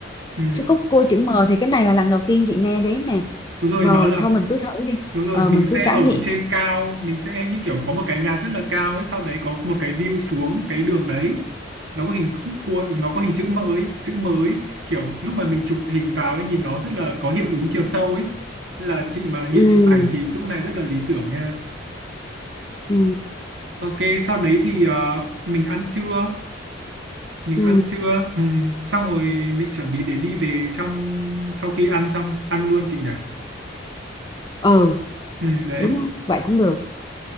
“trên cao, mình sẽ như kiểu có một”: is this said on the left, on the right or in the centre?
Right